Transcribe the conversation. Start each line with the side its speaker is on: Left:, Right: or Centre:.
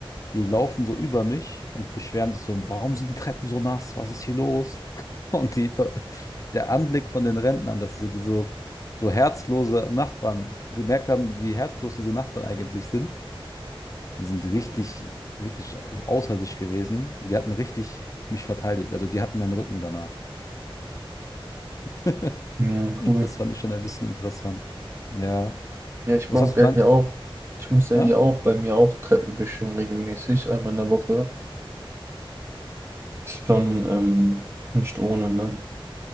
Left: Die laufen so über mich und beschweren sich so, warum sind die Treppen so nass? Was ist hier los? <laughs> Und die, der Anblick von den Rentnern, dass sie so, so herzlose Nachbarn gemerkt haben, wie herzlos diese Nachbarn eigentlich sind, die sind richtig, wirklich außer sich gewesen. Und Die hatten richtig mich verteidigt. Also die hatten meinen Rücken danach. <laughs>
Right: Ja,
Left: Das
Right: cool.
Left: fand ich schon ein bisschen interessant. Ja.
Right: Ja, ich
Left: Was
Right: mach
Left: hast du
Right: ja
Left: dann?
Right: hier auch, ich muss ja
Left: Hä?
Right: hier auch bei mir auch Treppen wischen regelmäßig, einmal in der Woche. Ist Schon ähm, nicht ohne, ne?